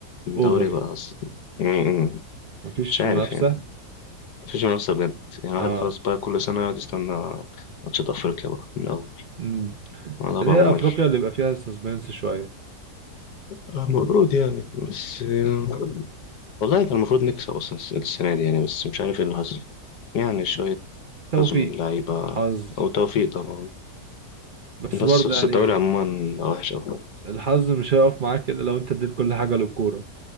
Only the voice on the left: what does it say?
الدوري
بقى أص- امم.
مش عارف
يعني مفيش منافسة بجد يعني
الواحد خلاص بقى كل سنة يقعد يستنى ماتشات أفريقيا بقى من الأول
الموضوع
بقى
ممل
آه، المفروض يعني بس آه، والله كان المفروض نكسب أصلا الس- السنة دي يعني بس مش عارف ايه اللي حصل يعني شوية
حظ من اللعيبة
أو توفيق طبعا
بس
بس
الدوري عموما بقى وحش أوي